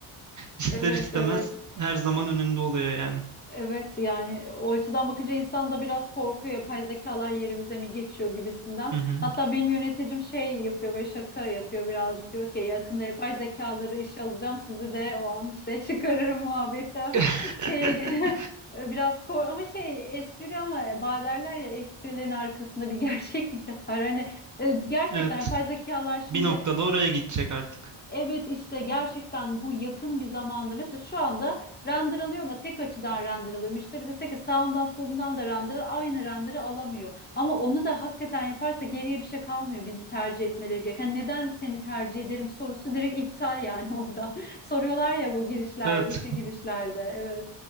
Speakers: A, on the right (about 40°); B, on the left (about 20°).
A: ister
B: Evet
A: istemez
B: evet.
A: her zaman önünde oluyor yani.
B: Evet yani e, o açıdan bakınca insan da biraz korkuyor yapay zekalar yerimize mi geçiyor gibisinden.
A: Hı hı.
B: Hatta benim yöneticim şey yapıyor böyle şaka yapıyor birazcık diyor ki yakında yapay zekaları işe alacağım sizi de o an işte çıkarırım muhabbete <laughs>
A: <laughs>
B: şeye ge- <laughs> biraz kor ama şey espri ama baderler ya esprilerin arkasında bir <laughs> gerçeklik yatar. Hani e, gerçekten
A: Evet.
B: yapay zekalar şimdi
A: Bir noktada oraya gidecek artık.
B: Evet işte gerçekten bu yakın bir zamanda mesela şu anda render alıyor ama tek açıdan render alıyor. Müşteri dese ki sağından solundan da render al, aynı render'ı alamıyor. Ama onu da hakikaten yaparsa geriye bir şey kalmıyor bizi tercih etmeleri gereken. Hani neden seni tercih ederim sorusu direkt iptal yani <laughs> orada. Soruyorlar ya bu girişlerde,
A: Evet.
B: işe girişlerde. Evet.